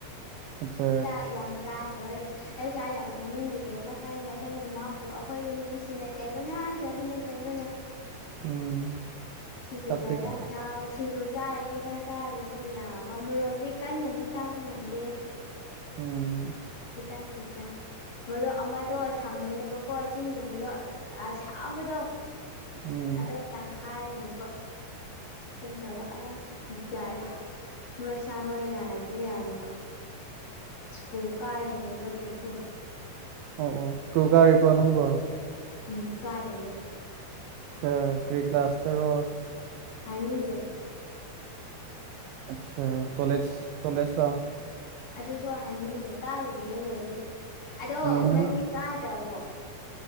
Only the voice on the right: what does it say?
ꯑꯆꯥ
ꯎꯝ
ꯆꯠꯇꯦꯕ
ꯎꯝ
ꯎꯝ
ꯑꯣ ꯑꯣ ꯏꯁ꯭ꯀꯨꯜ ꯀꯥꯔꯤꯕꯣ ꯅꯪꯕꯣ
ꯑꯠꯆꯥ ꯀꯔꯤ ꯀ꯭ꯂꯥꯁꯇꯔꯣ
ꯑꯠꯆꯥ ꯀꯣꯂꯦꯖ ꯀꯣꯂꯦꯖ ꯔꯣ
ꯎꯝ